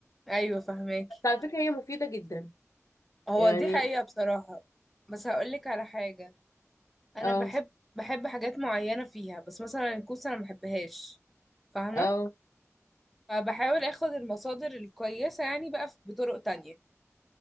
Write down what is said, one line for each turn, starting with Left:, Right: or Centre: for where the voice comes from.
Centre: ايوه فهماكي
Left: بس على فكرة هي مفيدة جدا
Centre: هو
Left: يعني
Centre: دي حقيقة بصراحة بس هقولك على حاجة انا
Left: اه
Centre: بحب بحب حاجات معينة فيها بس مثلا الكوسة انا مبحبهاش فاهمة؟
Left: اه
Centre: فبحاول اخد المصادر الكويسة يعني بقى بطرق تانية